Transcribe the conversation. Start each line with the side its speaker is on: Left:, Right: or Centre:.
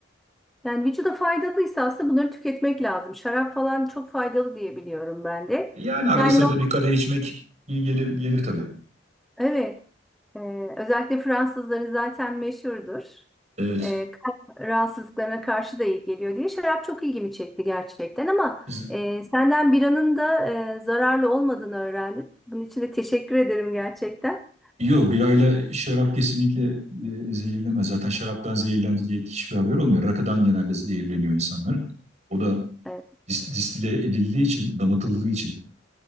Centre: yani vücuda faydalıysa aslında bunları tüketmek lazım. Şarap falan çok faydalı diye biliyorum ben de.
Right: Yani arada
Centre: Yani
Right: sırada bir kadeh içmek iyi gelir, gelir tabii.
Centre: Evet. Ee, özellikle Fransızları zaten meşhurdur.
Right: Evet.
Centre: Ee, kalp rahatsızlıklarına karşı da iyi geliyor diye. Şarap çok ilgimi çekti gerçekten ama
Right: Z-
Centre: e, senden biranın da e, zararlı olmadığını öğrendim. Bunun için de teşekkür ederim gerçekten.
Right: Yok birayla şarap kesinlikle e, zehirlemez. Zaten şaraptan zehirlendi diye hiçbir haber olmuyor. Rakıdan genelde zehirleniyor insanlar. O da
Centre: Evet.
Right: dis- distile edildiği için, damıtıldığı için